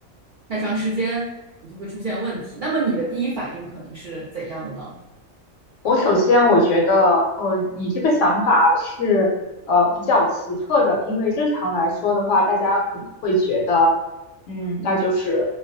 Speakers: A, on the right; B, on the left.
A: 太长时间，我就会出现问题。那么你的第一反应可能是怎样的呢？
B: 我首先我觉得，呃，你这个想法是呃比较奇特的，因为正常来说的话，大家可能会觉得，嗯，那就是